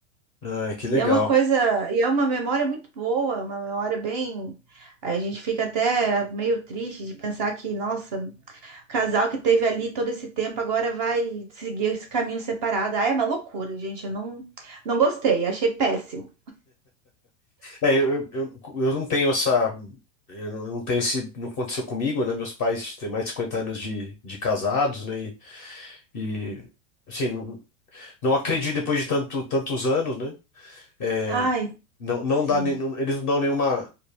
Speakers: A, on the left (about 20°); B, on the right (about 35°).
A: Ai, que legal.
B: E é uma coisa, e é uma memória muito boa, uma memória bem. A gente fica até meio triste de pensar que, nossa, o casal que teve ali todo esse tempo agora vai seguir esse caminho separado. Ah, é uma loucura, gente. Eu não, não gostei, achei péssimo.
A: É, eu, eu, eu eu não tenho essa. Eu não eu não tenho esse. Não aconteceu comigo, né? Meus pais têm mais de 50 anos de, de casados, né? E, assim, não, não acredito depois de tanto, tantos anos, né? É,
B: Ai,
A: não, não
B: sim.
A: dá, ne- não- eles não dão nenhuma,